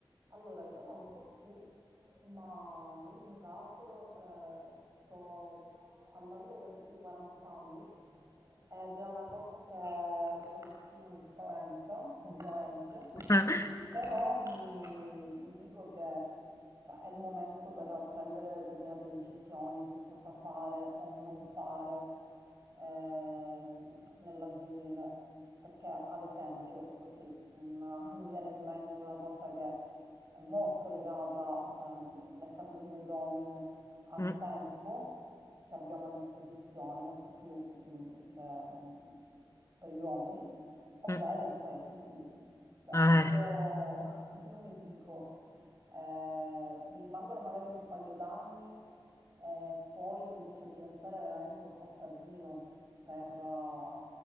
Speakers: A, on the right; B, on the left.
A: Allora, io non so tu, ma nel mio caso eh, sto andando verso i 40 anni ed è una cosa che un pochettino mi spaventa, <laughs> ovviamente,
B: Ah, <laughs>
A: però mi, mi dico che cioè, è il momento per prendere determinate decisioni su cosa fare o non fare ehm, nell'avvenire. Perché, ad esempio, così una- <laughs> mi viene in mente una cosa che è molto legata, ehm, nel caso di noi donne, al
B: mm,
A: tempo che abbiamo a disposizione, molto più, mm, che, mm, per gli uomini, ovvero
B: mm,
A: il fare figli. Cioè,
B: eh.
A: io, <laughs> io mi dico, eh, mi rimangono magari un paio d'anni e poi comincia a diventare veramente un po' tardino per, eh,